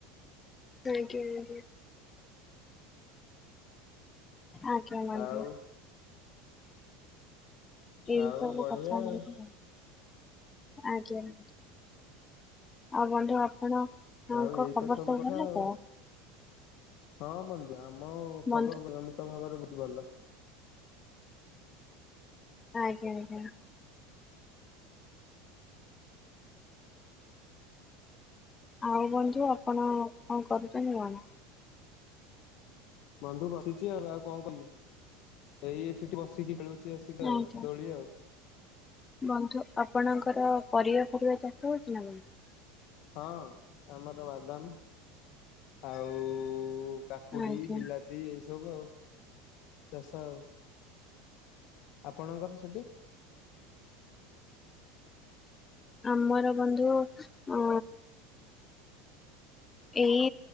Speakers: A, on the left; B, on the left.
A: ଆଜ୍ଞା ଆଜ୍ଞା ଆଜ୍ଞା <unintelligible>
B: ଆଉ
A: ଏଇ
B: ଆଉ
A: ସବୁ
B: ବଢିଆ
A: କଥା ମିଥ
B: ଆଉ
A: ଆଜ୍ଞା ଆଉ ବନ୍ଧୁ କଣଙ୍କ
B: ଆଉ ଏଇତ
A: ଖବର ସବୁ
B: କଥା
A: ଭଲ
B: ଆଉ।
A: ତ
B: ହଁ ବନ୍ଧୁ ଆମ ଖବର
A: ବନ୍ଧୁ
B: ନିୟମିତ ଭାବରେ ଭଲ
A: ଆଜ୍ଞା ଆଜ୍ଞା ଆଉ ବନ୍ଧୁ ଆପଣ କଣ କରୁଛନ୍ତିନି କଣ
B: ବନ୍ଧୁ ବସିଛି ଆଉ ଆଉ କଣ କହିବି ଏଇ ଏଠିଠି ବସିକି ଖେଳୁଛି କି ଆସିକା
A: ଆଜ୍ଞା
B: ଆଉ ଦୋଳି ଆଉ।
A: ବନ୍ଧୁ ଆପଣଙ୍କର ପରିବା ଫରିବା ଚାଷ ହଉଛି ନା ବନ୍ଧୁ।
B: ହଁ ଆମର ବାଦାମ ଆଉ କାକୁଡି
A: ଆଜ୍ଞା
B: ବିଲାତି ଏ ସବୁ ଆଉ ଚାଷ ଆଉ। ଆପଣଙ୍କର ସେଠି
A: ଆମର ବନ୍ଧୁ ଉ ଏଇ